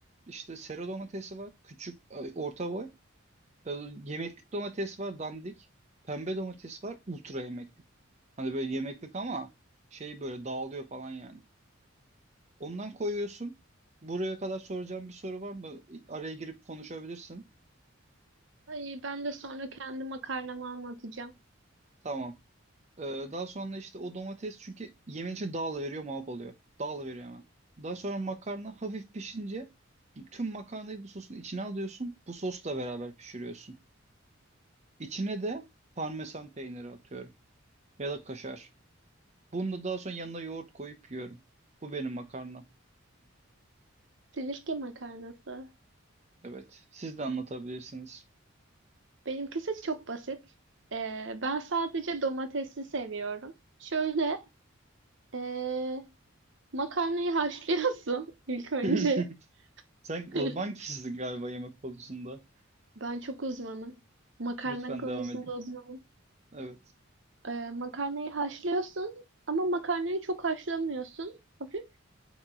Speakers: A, on the right; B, on the right.
A: İşte sera domatesi var. Küçük, ay, orta boy. Ee, Yemeklik domates var. Dandik. Pembe domates var. Ultra yemeklik. Hani böyle yemeklik ama şey böyle dağılıyor falan yani. Ondan koyuyorsun. Buraya kadar soracağım bir soru var mı? Araya girip konuşabilirsin.
B: Ay ben de sonra kendi makarnamı anlatacağım.
A: Tamam. Ee, daha sonra işte o domates çünkü yemeğin içi dağılıveriyor, mahvoluyor. Dağılıveriyor hemen. Daha sonra makarna hafif pişince tüm makarnayı bu sosun içine alıyorsun. Bu sosla beraber pişiriyorsun. İçine de parmesan peyniri atıyorum. Ya da kaşar. Bunu da daha sonra yanına yoğurt koyup yiyorum. Bu benim makarna.
B: Silifke makarnası.
A: Evet. Siz de anlatabilirsiniz.
B: Benimkisi çok basit. Ee, ben sadece domatesi seviyorum. Şöyle ee, makarnayı haşlıyorsun <laughs> ilk önce.
A: <laughs> Sen uzman
B: <laughs>
A: kişisin galiba yemek konusunda.
B: Ben çok uzmanım. Makarna
A: Lütfen
B: konusunda
A: devam edin.
B: uzmanım.
A: Evet.
B: Ee, makarnayı haşlıyorsun ama makarnayı çok haşlamıyorsun. Hafif